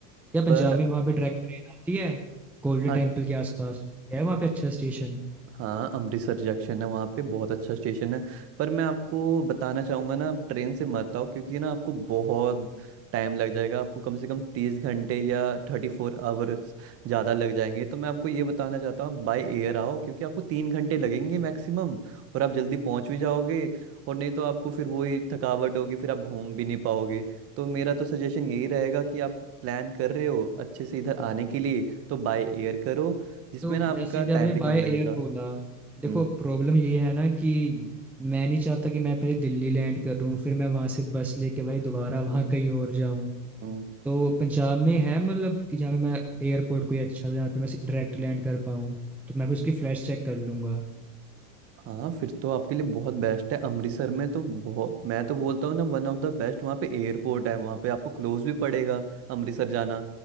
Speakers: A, in the centre; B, on the right.
A: या पंजाब
B: पर
A: में वहाँ पे डायरेक्ट ट्रेन आती है गोल्डन
B: हाँ
A: टेम्पल के आसपास है वहाँ पे अच्छा स्टेशन
B: हाँ अमृतसर जंक्शन है वहाँ पे बहुत अच्छा स्टेशन है पर मैं आपको बताना चाहूँगा ना आप ट्रेन से मत आओ क्योंकि ना आपको बहुत टाइम लग जाएगा आपको कम से कम तीस घंटे या थर्टी फोर आवर्स ज़्यादा लग जाएंगे तो मैं आपको ये बताना चाहता हूँ आप बाय एयर आओ क्योंकि आपको तीन घंटे लगेंगे मैक्सिमम और आप जल्दी पहुँच भी जाओगे और नहीं तो आपको फिर वही थकावट होगी फिर आप घूम भी नहीं पाओगे तो मेरा तो सजेशन यही रहेगा कि आप प्लान कर रहे हो अच्छे से इधर आने के लिए तो बाय एयर करो जिसमें
A: तो
B: ना आपका
A: जैसे भी
B: टाइम
A: आपने
B: भी कम
A: बाय एयर
B: लगेगा
A: बोला देखो
B: हम्म
A: प्रॉब्लम ये है ना कि
B: हम्म,
A: मैं नहीं चाहता कि मैं पहले दिल्ली लैंड करूँ फिर मैं वहाँ से बस लेके भाई दोबारा वहाँ
B: हम्म।
A: कहीं और जाऊँ
B: हम्म।
A: तो पंजाब में है मतलब कि जहाँ पे मैं एयरपोर्ट कोई अच्छा जहाँ पे मैं डायरेक्ट लैंड कर पाऊँ तो मैं फिर उसकी फ्लाइट्स चेक कर लूंगा
B: हाँ फिर तो आपके लिए बहुत बेस्ट है अमृतसर में तो बहुत मैं तो बोलता हूँ ना वन ऑफ द बेस्ट वहाँ पे एयरपोर्ट है वहाँ पे आपको क्लोज भी पड़ेगा अमृतसर जाना